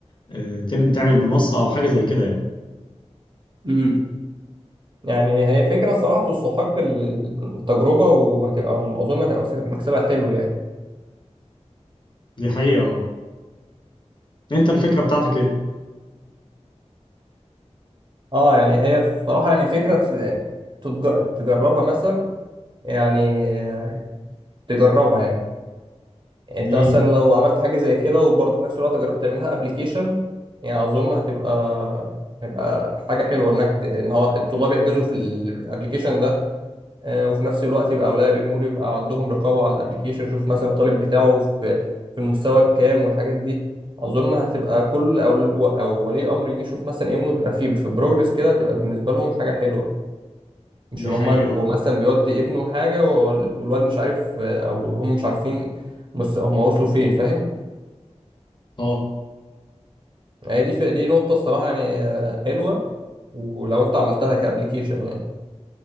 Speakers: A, on the left; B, on the right.
A: آه، تم- تعمل منصة أو حاجة زي كده يعني
B: امم يعني هي فكرة صراحة تستحق ال- ال- التجربة وهتبقى أظن هتبقى مكسبها حلو يعني
A: دي حقيقة اه أنت الفكرة بتاعتك إيه؟
B: اه يعني هي بصراحة يعني فكرة يعني تتج- تجربها مثلا يعني آه، تجربها يعني يعني انت
A: دي
B: مثلا لو عملت حاجة زي كده وبرضه في نفس الوقت جربت تعملها ابلكيشن يعني اظن هتبقى هيبقى حاجة حلوة انك ت- ان هو الطلاب يحجزوا في الابلكيشن ده آه، وفي نفس الوقت يبقى اولياء الامور يبقى عندهم رقابة على الابلكيشن شوف مثلا الطالب بتاعه في في المستوى الكام والحاجات دي اظن هتبقى كل او او ولي امر يجي يشوف مثلا ابنه بيبقى في في بروجرس كده هتبقى بالنسبة لهم حاجة حلوة مش
A: دي
B: ان
A: حقيقة
B: هم يبقوا
A: اه
B: مثلا بيودي ابنه حاجه وال- والواد مش عارف آه، او هم مش عارفين مس- هم وصلوا فين فاهم
A: آه.
B: هي دي في دي نقطه الصراحه يعني آه، حلوه ولو انت عملتها كابليكيشن يعني